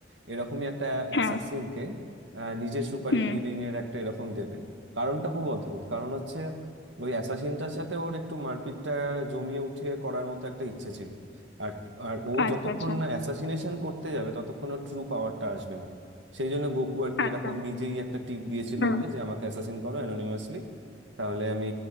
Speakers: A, on the right (about 85°); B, on the left (about 70°).
A: এরকমই একটা অ্যাসাসিনকে
B: হ্যাঁ
A: নিজের সুপারি
B: হুম
A: কিলিং এর একটা এরকম দেবে কারণটা খুব অদ্ভুত কারণ হচ্ছে ওই অ্যাসাসিনটার সাথে ওর একটু মারপিটটা জমিয়ে উঠিয়ে করার মতো একটা ইচ্ছে ছিল আর আর ও
B: আচ্ছা
A: যতক্ষণ
B: আচ্ছা
A: না অ্যাসাসিনেশন করতে যাবে ততক্ষণ ওর ট্রু পাওয়ারটা আসবে না সেই জন্য গোকু আর কি
B: আচ্ছা
A: এরকম নিজেই একটা টিপ দিয়েছিল
B: হুম
A: ওকে যে আমাকে অ্যাসাসিন করো অ্যানোনিমাসলি তাহলে আমি